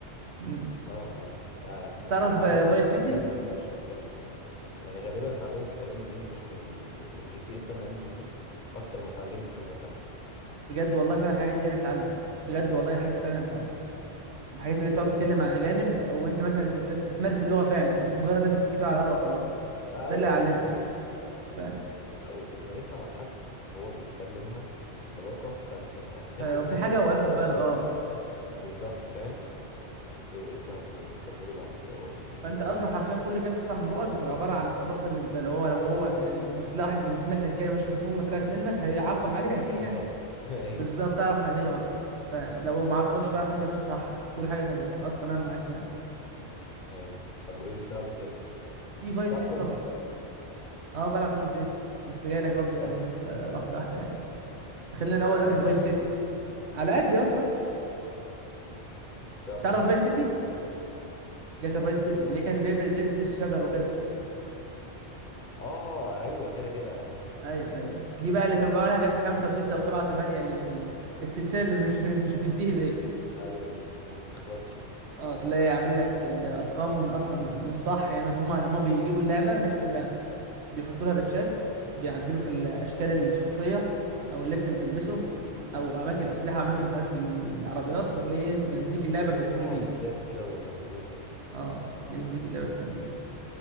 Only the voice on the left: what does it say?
اه اه لا لا
واتعلمت
كلام بالانجلش اكتر من يعني غالبا اتعلمت كلام بالانجلش من ال... من جي تي اس سان اندريس دي اكتر ما اتعلمت في المدرسه
اه والله.
آه،
ايوه
بالظبط
لا وبتمارسها مع حد هو بيتكلمها بطلاقة فانت هتاخد
منه
صح
بالظبط فاهم يعني انتوا انتوا هتبقوا بتكملوا بعض كده هو بيديك الكلام
الصح
بس
يبقى
دي غلط <laughs> ايوه
ايوه طب وايه بتلعب إيه تاني
بتلعب
كول
اوف ديوتي
بتلعب
على
قدك
ايه
بتلعب
فايس
سيتي
لا
اه ايوه كده كده يا عم
ايوه اللي اللي ما بتخلصش دي
م- م- م.
بيحطوا
لها
مودات كده وينزلوها يعني